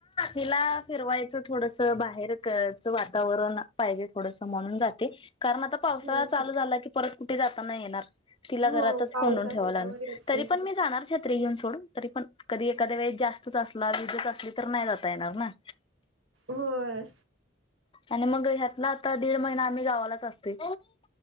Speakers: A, on the left (about 25°); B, on the right (about 80°).
A: हिला फिरवायचं थोडस बाहेर कच वातावरण पाहिजे थोडस म्हणून जाते. कारण आता पावसाळा
B: हम्म
A: चालू
B: हम्म
A: झाला की परत कुठे जाता नाही येणार. तिला
B: हो
A: घरातच
B: पाऊस
A: कोंडून
B: असल्यावर
A: ठेवाव लागनार.
B: येत
A: तरी
B: नाही कुठे
A: पण मी जाणार छत्री घेऊन सोडून. तरी पण कधी एक कधी वेळ जास्तच असला विजच असली तर नाही जाता येणार ना.
B: होय.
A: आणि मग ह्यातला आता दीड महिना आम्ही गावालाच असतोय.